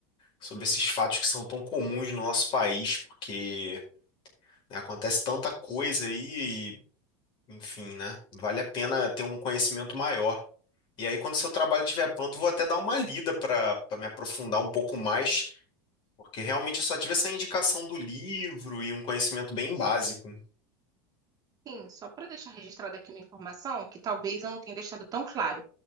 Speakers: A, on the left; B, on the right.
A: sobre esses fatos que são tão comuns no nosso país, porque né, acontece tanta coisa aí enfim, né? Vale a pena ter um conhecimento maior. E aí, quando seu trabalho estiver pronto, vou até dar uma lida para para me aprofundar um pouco mais, porque realmente eu só tive essa indicação do livro e um conhecimento bem básico.
B: Sim, só para deixar registrada aqui uma informação que talvez eu não tenha deixado tão claro.